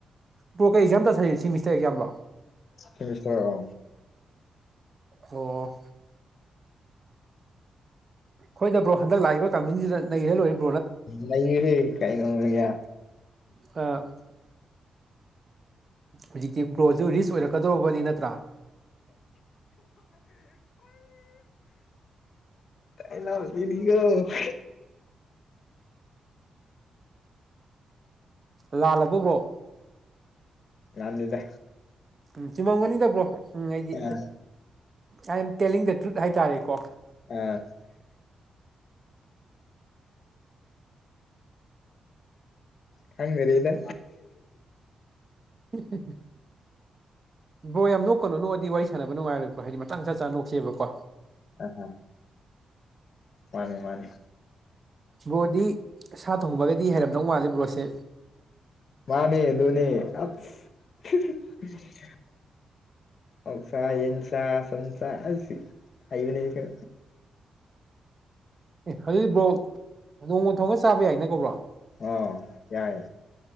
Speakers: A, on the right; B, on the left.
A: ꯄꯣ ꯀꯩ ꯑꯦꯛꯖꯥꯝ ꯇꯧꯁꯔꯤ ꯁꯤꯦꯃꯤꯁꯇꯔ ꯑꯦꯛꯖꯥꯝ ꯂꯣ
B: ꯁꯤꯃꯤꯁꯇꯔ ꯑ
A: ꯑꯣ ꯍꯣꯏ ꯕ꯭ꯔꯣ ꯍꯟꯗꯛ ꯂꯥꯛꯏꯕ ꯀꯥꯃꯤꯡꯁꯤꯗ ꯅꯔ ꯂꯣꯏꯔꯤꯕ
B: ꯅꯦ ꯀꯥꯏ ꯅ ꯌꯥ
A: ꯑꯥ ꯍꯧꯖꯤꯛꯇꯤ ꯒ꯭ꯔꯣꯁꯨ ꯔꯤꯁ ꯑꯣꯏꯔꯛꯀꯗꯧꯧꯕꯅꯤ ꯅꯠꯇ꯭ꯔꯥ
B: ꯇꯥꯏꯅ ꯑꯣꯜ ꯀꯗꯤꯒꯣ <unintelligible>
A: ꯂꯥꯜꯂꯕꯨꯕ꯭ꯔꯣ
B: ꯌꯥꯝꯅꯤꯗ
A: ꯎꯝ ꯆꯨꯝꯃꯝꯒꯅꯤꯗꯕ꯭ꯔꯣ ꯎꯝ ꯑꯩꯗꯤ
B: ꯑꯥ
A: ꯑ ꯇꯦꯂꯤꯡ ꯗ ꯇ꯭ꯔꯨꯠ ꯍꯥꯏꯇꯥꯔꯦꯀꯣ
B: ꯑ ꯀꯝꯒꯔꯤꯂ
A: ꯍꯦꯍꯦ ꯕ꯭ꯔꯣ ꯌꯥꯝ ꯅꯣꯛꯀꯅꯣ ꯅꯣꯛꯑꯗꯤ ꯋꯥꯔꯤ ꯁꯥꯟꯅꯕ ꯅꯨꯡꯉꯥꯏꯔꯣꯏ ꯍꯥꯏꯗꯤ ꯃꯇꯥꯡ ꯆꯥ ꯆꯥꯅ ꯅꯣꯛꯁꯦꯕꯀꯣ
B: ꯑꯥ ꯍ ꯃꯥꯅꯦ ꯃꯥꯅꯦ
A: ꯕ꯭ꯔꯣꯗꯤ ꯁꯥ ꯊꯣꯡꯕꯒꯗꯤ ꯍꯩꯔꯝꯗꯧ ꯃꯥꯜꯂꯦ ꯕ꯭ꯔꯣꯁꯦ
B: ꯃꯥꯅꯦ ꯗꯣꯅꯦ ꯑꯠꯁ ꯍꯍ ꯑꯣꯛꯁꯥ ꯌꯦꯟꯁꯥ ꯁꯟꯁꯥ ꯑꯁ ꯍꯩꯕꯅꯦ ꯑꯩꯁꯨ
A: ꯑꯦ ꯍꯗꯨꯗꯤ ꯕ꯭ꯔꯣ ꯅꯣꯡꯃ ꯊꯣꯡꯒ ꯆꯥꯕ ꯌꯥꯏꯅ ꯀꯣ ꯕ꯭ꯔꯣ
B: ꯑꯣ ꯌꯥꯏ